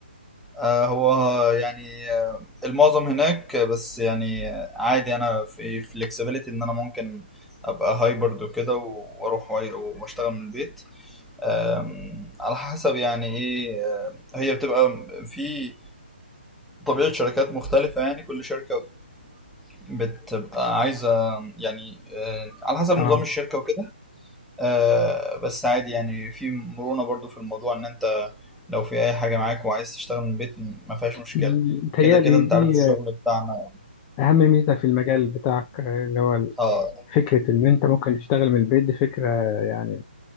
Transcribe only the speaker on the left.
اه
متهيألي
دي
أهم ميزة في المجال بتاعك آه، اللي هو
فكرة إن أنت ممكن تشتغل من البيت دي فكرة يعني